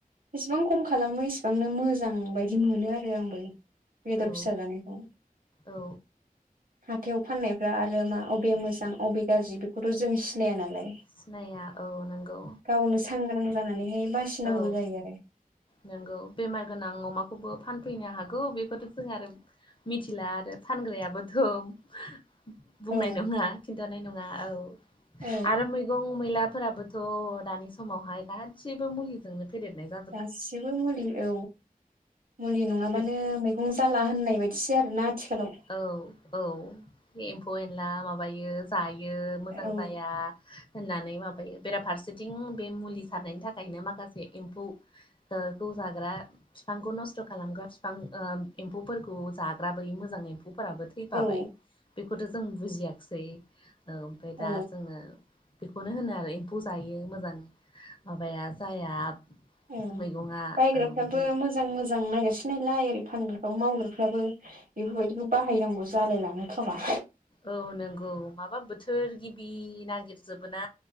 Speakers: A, on the right (about 70°); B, on the left (about 35°).
A: बिसिबां खम खालामो इसेबांनो मोजां बायदि मोनो आरो आंबो। बेदर
B: औ
A: फिसा जानायखौ
B: औ
A: हाथायाव फाननायफ्रा आरो मा अबे मोज जां अबे गारजि बेखौथ' जों सिनाया नालाय।
B: सिनाया औ नोंगौ।
A: गावनो सांग्रां जानानैहाय बासिनांगौ
B: औ
A: जायो आरो।
B: नोंगौ बेमार गोनां अमाखौबो फानफैनो हागौ बेखौथ' जों आरो मिथिला आरो फानग्राया <unintelligible> बुंनाय
A: औ
B: नङा खिन्थानाय नङा औ
A: औ
B: आरो मैग' गं मैलाफोराबोथ' दानि समावहाय गादसिबो मुलिजोंनो फेदेरनाय जाब
A: गासिबो मुलि औ मुलि नङाबानो
B: बे
A: मैगं जा जाला होननाय बायदिसो आरोना आथिखालाव।
B: औ औ एम्फौ एनला माबायो जायो मोजां
A: औ
B: जाया होननानै माबायो। बेराफारसे थिं बे मुलि सारनायनि थाखायनो माखासे एम्फौ ओ खौ जाग्रा फिफांखौ नस्थ' खालामग्रा फिफां ओ एम्फौफोरखौ जाग्रा बै मोजां एम फौफोराबो थैफाबाय
A: औ
B: बेखौथ' जों बुजियाख्सै। ओ ओमफाय
A: औ
B: दा जोङो बेखौनो होनो आरो एम्फौ जायो मोजां माबाया जाया
A: औ
B: मैगङा
A: बायग्राफ्राबो
B: ओ बेबायदि
A: मोजां मोजां नागिरसिनाय ओरै फानग्राफ्राबो मावग्राफ्राबो बेफोरबायदिखौ बाहायनांगौ जालायलाङो खोमा।
B: औ नोंगौ माबा बोथोर गिबि नागिर जोबो ना।